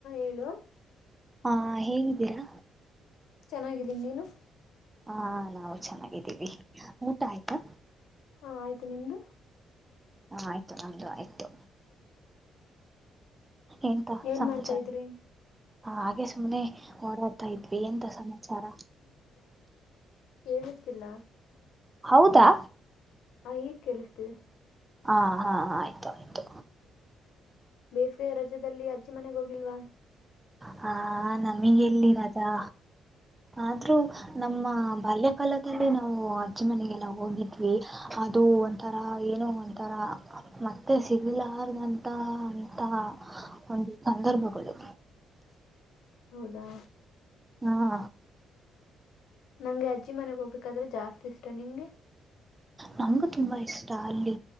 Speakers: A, on the left (about 85°); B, on the right (about 15°).
A: ಏಳು
B: ಹಾ ಹೇಗಿದ್ದೀರಾ
A: ಚೆನ್ನಾಗಿದ್ದೀನಿ ನೀನು
B: ಹಾ ನಾವು ಚೆನ್ನಾಗಿದ್ದೀವಿ ಊಟ ಆಯ್ತಾ
A: ಹಾ ಆಯ್ತು ನಿಮ್ದು
B: ಆಯ್ತು ನಮ್ದು ಆಯ್ತು ಎಂತ
A: ಏನ್
B: ಸಮಾಚಾರ
A: ಮಾಡ್ತಾ ಇದ್ರಿ
B: ಹಾಗೆ ಸುಮ್ಮನೆ ಓಡಾಡ್ತಾ ಇದ್ವಿ ಎಂತ ಸಮಾಚಾರ
A: ಕತಿಿಲ್ಲ
B: ಹೌದಾ
A: ಹ ಈಗ್ ಕೇಳಿಸ್ತೀಿದೆ
B: ಹಾ ಹಾ ಆಯ್ತು ಆಯ್ತು
A: ಬೇಸಗೆೈಯ ರಜದಲ್ಲಿ ಅಜ್ಜಿ ಮನೆಗ ಹೋಗಿಲ್ವಾ
B: ಹಾ ನಮಗೆ ಎಲ್ಲಿ ರಜಾ ಆದ್ರೂ ನಮ್ಮ ಬಾಲ್ಯಕಾಲದಲ್ಲಿ ನಾವು ಅಜ್ಜಿ ಮನೆಗೆಲ್ಲ ಹೋಗಿದ್ವಿ ಅದು ಒಂಥರ ಏನೋ ಒಂಥರ ಮತ್ತೆ ಸಿಗಲಾರ್ದಂತ ಅಂತ ಒಂದು ಸಂದರ್ಭಗಳು
A: ಹೌದಾ
B: ಹ
A: ನಂಗೆ ಅಜ್ಜಿ ಮನೆಗೆ ಹೋಗ್ಬೇಕಾದ್ರೆ ಜಾಸ್ತಿ ಇಷ್ಟ ನಿಂಗೆ
B: ನಮಗು ತುಂಬಾ ಇಷ್ಟ ಅಲ್ಲಿ